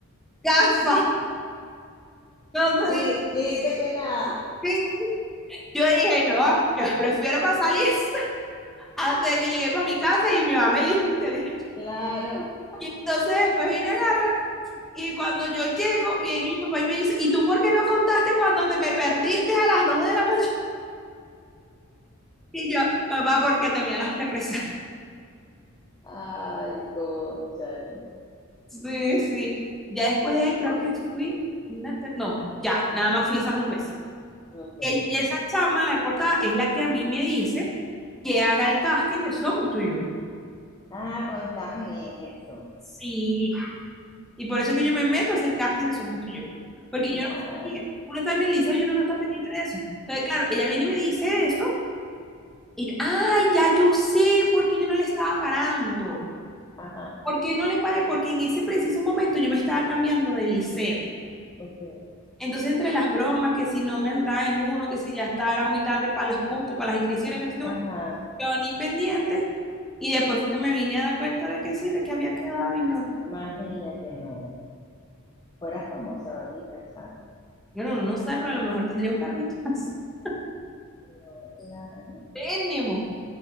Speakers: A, in the centre; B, on the left.
A: gafa. No te
B: Di- Dijiste que nada.
A: Sí. Yo dije, no, yo prefiero pasar lista <laughs> antes de que llegue para mi casa y mi mamá me limpia. dije. <laughs>
B: Claro.
A: Y entonces después viene agarra y cuando yo llego, viene mi papá y me dice, ¿y tú por qué no contaste cuando te me perdiste a las 2 de la mañana? Y yo, papá, porque temía las represalias. <laughs>
B: Ay, cónchale.
A: Sí, sí. Ya después de ahí creo que fui, una ter- no, ya, nada más fui esas dos veces.
B: Ok,
A: Y
B: ok.
A: esa chama, la de portada, es la que a mí me dice que haga el casting de Somos Tú y Yo.
B: Ah, cuando estabas en eso.
A: Sí, Y por eso es que yo me meto a hacer el casting de Somos tú y yo. Porque
B: Claro.
A: yo no sabía. Uno está en el liceo y uno no está pendiente de eso. Entonces, claro, ella viene y me dice eso. Y yo, ay, ya yo sé por qué yo no le estaba parando.
B: Ajá,
A: ¿Por qué no le paré? Porque en ese preciso momento yo me estaba cambiando de liceo.
B: ok.
A: Entonces, entre las bromas, que si no me aceptaban en uno, que si ya estaba era muy tarde para las cupos, para las inscripciones, que no sé qué
B: Ajá.
A: más, yo ni pendiente. Y después fue que me vine a dar cuenta de que sí, de que había quedado y no.
B: Imagínate, no. Fueras famosa ahorita, chale.
A: Bueno, uno no sabe, pero a lo mejor tendría un carrito. <laughs>
B: No, claro.
A: Tenemos.